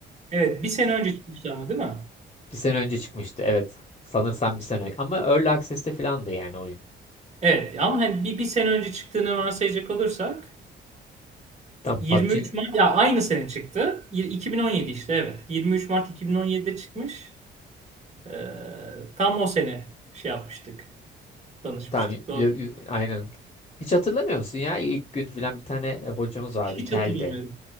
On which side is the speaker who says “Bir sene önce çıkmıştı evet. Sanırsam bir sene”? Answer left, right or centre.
Left